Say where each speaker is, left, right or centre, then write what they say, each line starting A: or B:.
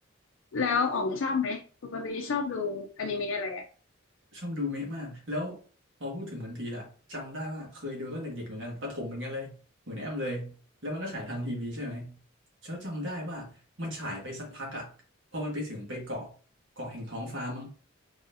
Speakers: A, on the left; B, on the right.
A: แล้วอ๋องชอบไหม ปกติชอบดูอนิเมะอะไรอ่ะ
B: ชอบดูเมะมากแล้วพอพูดถึงวันพีซอะจำได้ว่าเคยดูตั้งแต่เด็กเหมือนกันประถมเหมือนกันเลยเหมือนแอมเลยแล้วมันก็ฉายทางทีวีใช่ไหมแล้วจำได้ว่ามันฉายไปสักพักอะพอมันไปถึงไปเกาะเกาะแห่งท้องฟ้ามั้ง